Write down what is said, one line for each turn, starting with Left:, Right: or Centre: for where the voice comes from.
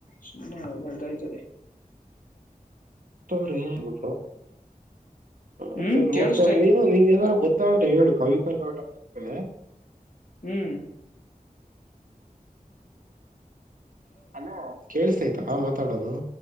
Left: ಸುಮ್ಮನೆದಾಯತದೆ.
Right: ತಾವರೆ <unintelligible>
Left: ಹ್ಮ್
Right: ಅದೇ ನೋಡ್ತಾರ
Left: ಕೇಳಿಸ್ತಾ ಇಲ್ಲ
Right: ನೀನು ನಿಂಗೆ ಏನರ ಗೊತ್ತ ತ್ತಾದ್ರೆ ಹೇಳು ಕವಿ ಕವಿ <unintelligible>
Left: ಹ್ಮ್
Right: ಹಲೋ ಕೇಳಸ್ತೈತಾ ಮಾತಾಡದು.